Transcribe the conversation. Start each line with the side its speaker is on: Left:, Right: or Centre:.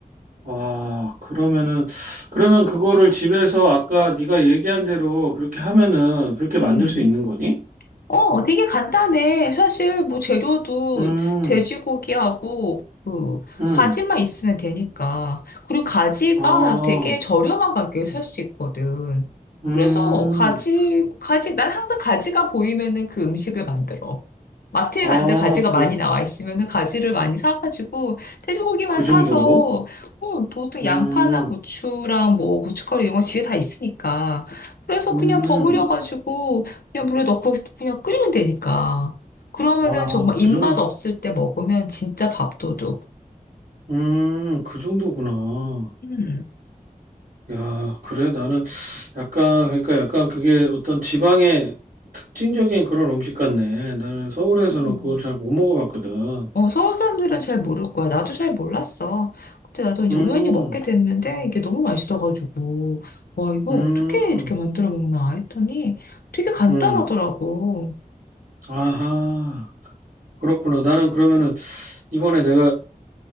Right: 아, 그러면은, 그러면 그거를 집에서 아까 네가 얘기한 대로 그렇게 하면은 그렇게 만들
Left: 음.
Right: 수 있는 거니?
Left: 어, 되게 간단해. 사실 뭐 재료도
Right: 음,
Left: 돼지고기하고 그
Right: 음,
Left: 가지만 있으면 되니까. 그리고 가지가
Right: 아,
Left: 되게 저렴한 가격에 살 수 있거든.
Right: 음,
Left: 그래서 가지, 가지, 난 항상 가지가 보이면은 그 음식을 만들어. 마트에
Right: 아,
Left: 가는데 가지가
Right: 그,
Left: 많이 나와 있으면은 가지를 많이 사가지고 돼지고기만
Right: 그
Left: 사서
Right: 정도로?
Left: 어, 보통
Right: 음,
Left: 양파나 고추랑 뭐 고춧가루 이런 거 집에 다 있으니까. 그래서
Right: 음,
Left: 그냥 버무려가지고 그냥 물에 넣고 그냥 끓이면 되니까. 그러면은
Right: 와,
Left: 정말
Right: 그
Left: 입맛
Right: 정도,
Left: 없을 때 먹으면 진짜 밥도둑.
Right: 음, 그 정도구나.
Left: 음.
Right: 야, 그래, 나는 약간, 그러니까 약간 그게 어떤 지방의 특징적인 그런 음식 같네. 나는 서울에서는
Left: 음.
Right: 그걸 잘 못 먹어봤거든.
Left: 어, 서울 사람들은 잘 모를 거야. 나도 잘 몰랐어. 그때 나도 이제
Right: 음.
Left: 우연히 먹게 됐는데 이게 너무 맛있어가지고 와 이거
Right: 음,
Left: 어떻게 이렇게 만들어 먹나 했더니 되게 간단하더라고.
Right: 음, 아하, 그렇구나. 나는 그러면은 이번에 내가